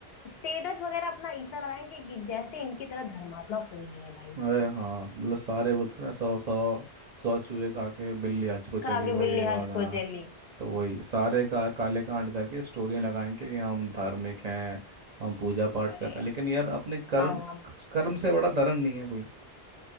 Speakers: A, on the left; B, on the right.
A: स्टेटस वगैरह अपना ऐसा लगाएंगे कि जैसे इनकी तरह धर्मात्मा कोई नहीं है भाई
B: अरे हाँ मतलब सारे बोलते हैं ना सौ सौ सौ चूहे खा के बिल्ली हज को चली
A: खा के
B: भाई
A: बिल्ली
B: ये वाला
A: हज को चली
B: तो वही सारे का काले कांड करके स्टोरियाँ लगाएंगे कि हम धार्मिक हैं हम पूजा पाठ
A: अरे
B: कर रहे हैं लेकिन यार अपने कर्म
A: हाँ
B: कर्म से बड़ा धर्म नहीं है कोई